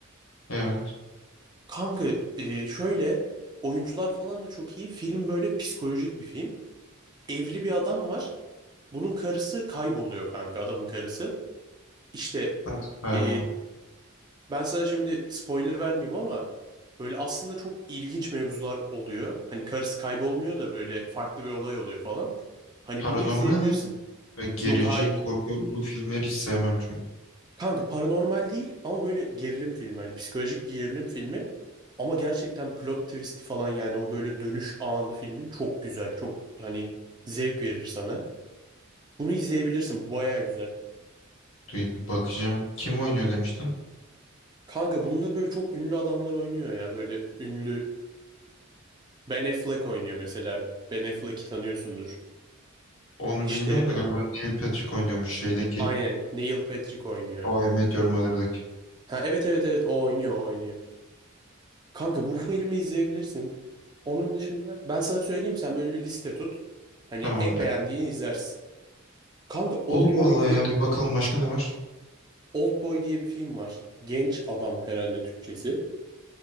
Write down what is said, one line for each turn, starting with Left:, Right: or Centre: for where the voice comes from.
Left: Evet.
Right: Kanka e, şöyle oyuncular falan da çok iyi. Film böyle psikolojik bir film. Evli bir adam var. Bunun karısı kayboluyor kanka adamın karısı. İşte
Left: Artık kayboldu.
Right: e, Ben sana şimdi spoiler vermeyeyim ama böyle aslında çok ilginç mevzular oluyor. Hani karısı kaybolmuyor da böyle farklı bir olay oluyor falan. Hani
Left: Paranormal
Right: bunu izleyebilirsin.
Left: mi? Ve gerici
Right: Yok hayır.
Left: korkulu filmleri hiç sevmem çünkü.
Right: Kanka paranormal değil ama böyle gerilim filmi. Hani psikolojik bir gerilim filmi. Ama gerçekten plot twist'i falan yani o böyle dönüş anı filmin çok güzel. Çok hani zevk verir sana. Bunu izleyebilirsin. Bu bayağı güzel.
Left: Dur bir bakacağım. Kim oynuyor demiştin?
Right: Kanka bunda böyle çok ünlü adamlar oynuyor ya. Böyle ünlü Ben Affleck oynuyor mesela. Ben Affleck'i tanıyorsundur.
Left: Onu
Right: İşte
Left: bilmiyorum da galiba Neil Patrick oynuyormuş şeydeki
Right: aynen Neil Patrick oynuyor.
Left: How I Met Your Mother'daki.
Right: Ha evet evet evet o oynuyor o oynuyor. Kanka bu filmi izleyebilirsin. Onun dışında ben sana söyleyeyim sen böyle bir liste tut. Hani
Left: Tamamdır.
Right: en beğendiğini izlersin. Kanka Oldboy
Left: Olur vallahi
Right: diye
Left: ya bir bakalım başka ne var?
Right: Oldboy diye bir film var. Genç adam herhalde Türkçesi.